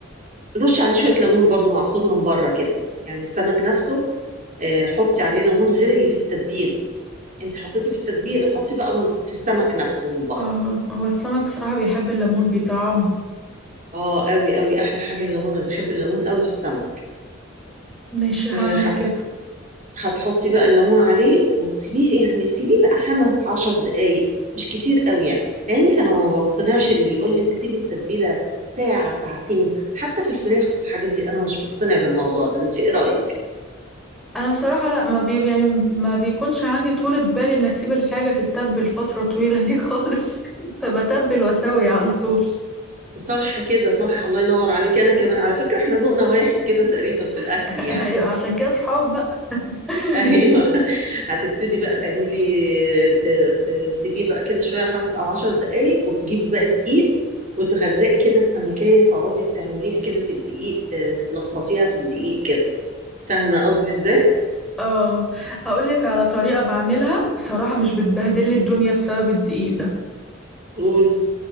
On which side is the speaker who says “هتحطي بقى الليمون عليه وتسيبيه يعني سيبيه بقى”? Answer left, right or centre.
Right